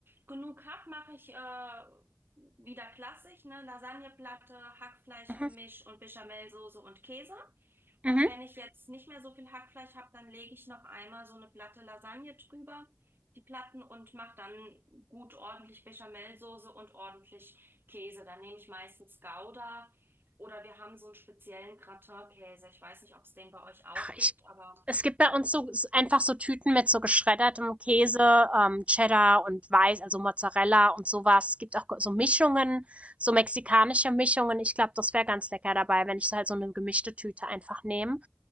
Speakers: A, on the right (about 40°); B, on the right (about 25°).
A: genug habe, mache ich äh, wieder klassisch, ne, Lasagneplatte, Hackfleischgemisch
B: Mhm.
A: und Bechamelsoße und Käse.
B: Mhm.
A: Und wenn ich jetzt nicht mehr so viel Hackfleisch habe, dann lege ich noch einmal so eine Platte Lasagne drüber, die Platten, und mache dann gut ordentlich Bechamelsoße und ordentlich Käse. Dann nehme ich meistens Gouda oder wir haben so einen speziellen Gratin-Käse. Ich weiß nicht, ob es den bei euch auch gibt,
B: ich,
A: aber
B: es gibt bei uns so einfach so Tüten mit so geschreddertem Käse, ähm, Cheddar und Weiß, also Mozzarella und sowas. Es gibt auch so Mischungen, so mexikanische Mischungen. Ich glaube, das wäre ganz lecker dabei, wenn ich so halt so eine gemischte Tüte einfach nehme.